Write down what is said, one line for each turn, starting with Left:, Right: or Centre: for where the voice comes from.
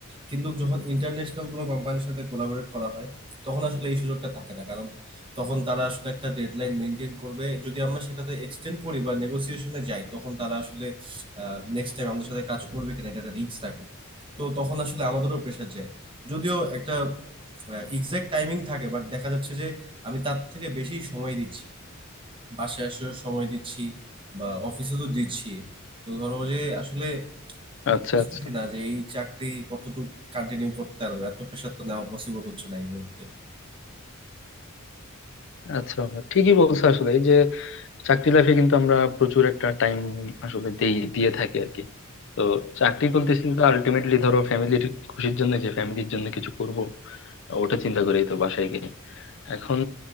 Right: কিন্তু যখন ইন্টারন্যাশনাল কোনো কোম্পানির সাথে কোলাবোরেট করা হয় তখন আসলে এই সুযোগটা থাকে না কারণ তখন তারা আসলে একটা ডেডলাইন মেনটেন করবে যদি আমরা সেটাতে এক্সটেন্ড করি বা নেগোসিয়েশনে যাই তখন তারা আসলে নেক্সট টাইম আমাদের সাথে কাজ করবে কিনা এটা একটা রিস্ক থাকে তো তখন আসলে আমাদেরও প্রেশার যায় যদিও একটা এক্সাক্ট টাইমিং থাকে বাট দেখা যাচ্ছে যে আমি তার থেকে বেশি সময় দিচ্ছি বাসায় আসার সময় দিচ্ছি বা অফিসে তো দিচ্ছি তো ধরো যে আসলে
Left: আচ্ছা
Right: বুঝতেছি
Left: আচ্ছা
Right: না যে এই চাকরি কতটুকু কন্টিনিউ করতে পারবো এত প্রেশার তো নেওয়া পসিবল হচ্ছে না এই মুহূর্তে
Left: আচ্ছা ঠিকই বলছো আসলে এই যে চাকরি লাইফে কিন্তু আমরা প্রচুর একটা টাইম আসলে দেই দিয়ে থাকি আর কি তো চাকরি করতেছি তো আলটিমেটলি ধরো ফ্যামিলির খুশির জন্য যে ফ্যামিলির জন্য কিছু করব ওটা চিন্তা করেই তো বাসায় গিয়ে এখন